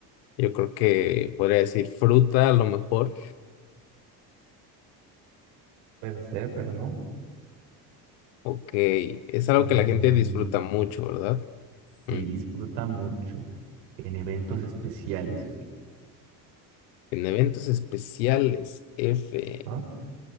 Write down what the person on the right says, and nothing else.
Puede ser, pero no.
Mm,
sí,
disfruta mucho en eventos especiales.
¿Ah?